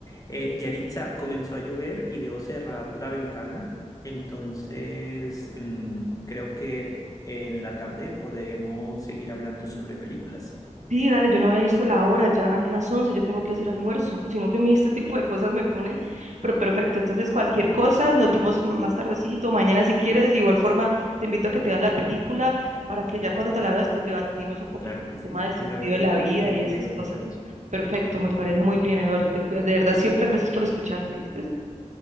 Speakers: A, on the left; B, on the right.
A: Eh, Yaritza, comenzó a llover y debo cerrar la ventana. Entonces, mm, creo que en la tarde podemos seguir hablando sobre películas.
B: Sí, dale, yo no había visto la hora, ya van a ser las 11. yo tengo que hacer almuerzo, sino que a mí este tipo de cosas me ponen, pero perfecto, entonces cualquier cosa, nos vemos m- más tardecito, mañana si quieres, de igual forma te invito a que te veas la película para que ya cuando te la veas, pues debatimos un poquito
A: Claro que sí,
B: el tema del sentido
A: me la veré
B: de la
A: y
B: vida
A: te contaré
B: y esas
A: lo
B: cosas.
A: que pienso.
B: Perfecto, me parece muy bien, Eduardo, te cuidas, de verdad, siempre gracias por escucharme, ¿viste?